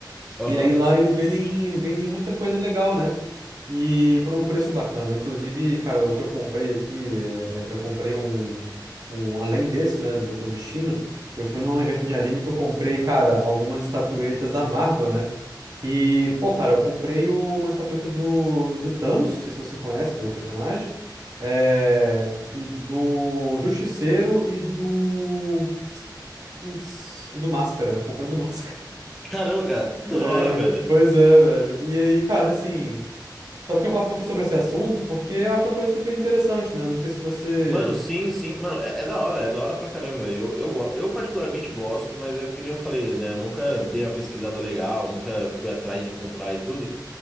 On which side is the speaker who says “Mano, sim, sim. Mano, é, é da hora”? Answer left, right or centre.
Centre